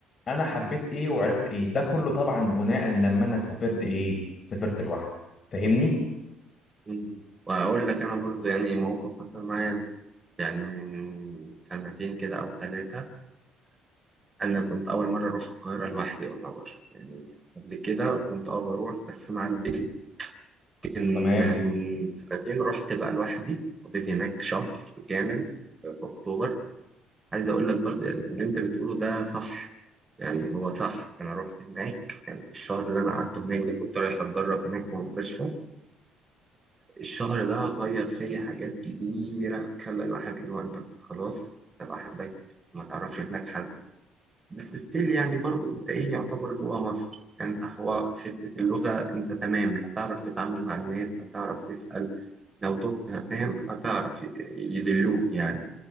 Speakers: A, on the left; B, on the right.
A: انا حبيت ايه وعرفت ايه ده كله طبعا بناء لما انا سافرت ايه سافرت لوحدي فاهمني
B: أم. واقول لك انا برضو يعني موقف حصل معايا يعني من سنتين كده او ثلاثة انا كنت اول مره اروح القاهره لوحدي يعتبر يعني قبل كده كنت اه بروح بس مع البيت لكن
A: تمام
B: من سنتين رحت بقى لوحدي قضيت هناك شهر كامل في في اكتوبر عايز اقول لك برضه يعني اللي انت بتقوله ده صح يعني هو صح انا رحت هناك يعني الشهر اللي انا قعدته هناك ده كنت رايح اتدرب هناك في مستشفى الشهر ده غير فيا حاجات كتيره خلى الواحد اللي هو انت خلاص انت لوحدك ما تعرفش هناك حد بس ستيل يعني برضو انت ايه يعتبر جوه مصر يعني انت حواء حتة اللغة انت تمام هتعرف تتعامل مع الناس هتعرف تسأل لو تهت فاهم هتعرف ي- يدلوك يعني